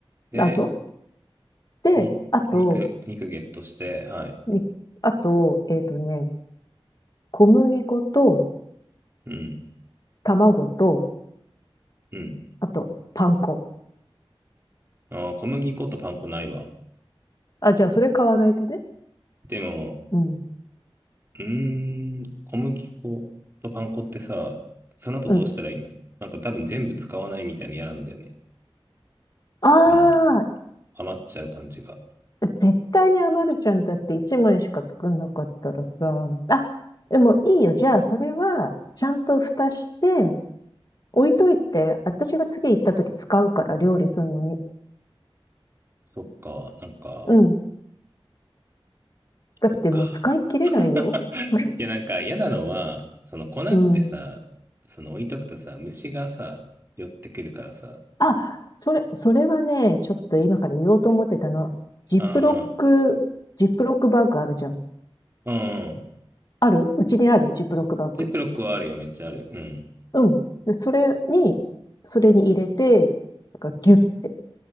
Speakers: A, on the right (about 25°); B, on the left (about 45°).
A: で、
B: 謎で、
A: とん、
B: あと、
A: 肉、肉ゲットして、はい。
B: に、あと、えっとね、小麦粉と
A: うん、
B: 卵と、
A: うん。
B: あと、パン粉。
A: ああ、小麦粉とパン粉ないわ。
B: あ、じゃあ、それ買わないとね。
A: でも、
B: うん。
A: うーん、小麦粉とパン粉ってさ、その後どうしたらいいのなんか多分全部使わないみたいなの嫌なんだよね。
B: うん。あ
A: その、余っちゃう感じが。
B: あ、絶対に余るじゃん。だって1枚しか作んなかったらさ。あ、でもいいよ。じゃあ、それは、ちゃんと蓋して、置いといて、私が次行った時使うから、料理するのに。
A: そっか、なんか、
B: うん。だってもう使い切れないよ。
A: そっか。<laughs>
B: <laughs>
A: いや、なんか嫌なのは、その粉ってさ、
B: うん。
A: その置いとくとさ、虫がさ、寄ってくるからさ、
B: あ、それ、それはね、ちょっと今から言おうと思ってたの。ジップロック、
A: あー
B: ジップロックバッグあるじゃん。
A: うん。
B: あるうちにあるジップロックバッグ。
A: ジップロックはあるよ、めっちゃある。うん。
B: うん。で、それに、それに入れて、なんかギュッて、